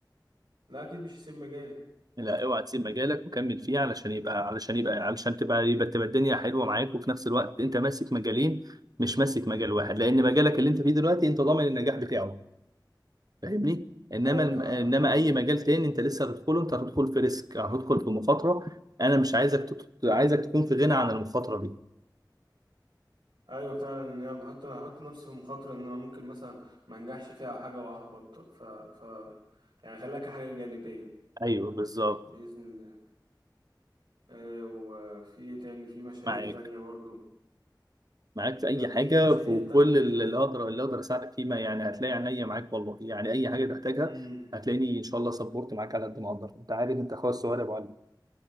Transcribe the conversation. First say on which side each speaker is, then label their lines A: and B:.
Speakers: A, on the right; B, on the right.
A: لا أكيد مش هسيب مجالي
B: لا اوعى تسيب مجالك وكمل فيه علشان يبقى علشان يبقى علشان تبقى يبقى تبقى الدنيا حلوه معاك وفي نفس الوقت انت ماسك مجالين مش ماسك مجال واحد لان مجالك اللي انت فيه دلوقتي انت ضامن النجاح بتاعه فاهمني انما
A: أيوة
B: الم...
A: فاهمك
B: انما
A: أه
B: اي مجال تاني انت لسه هتدخله انت هتدخل في ريسك هتدخل في مخاطره انا مش عايزك تت... عايزك تكون في غنى عن المخاطره دي
A: ايوه فعلا ان انا بحط انا هحط نفسي في مخاطره ان انا ممكن مثلا ما انجحش فيها او حاجه واحبط ف ف يعني خليك حاجه جانبيه
B: ايوه بالظبط
A: باذن الله آه وفي ايه تاني في مشاريع
B: معاك
A: تانية برضو
B: معاك في اي
A: كان في
B: حاجه
A: مشاريع
B: في
A: تانية
B: كل اللي اقدر اللي اقدر اساعدك فيه ما يعني هتلاقي عينيا معاك والله يعني اي حاجه تحتاجها
A: امم
B: هتلاقيني ان شاء الله سبورت معاك على قد ما اقدر انت عارف انت اخويا الصغير يا ابو علي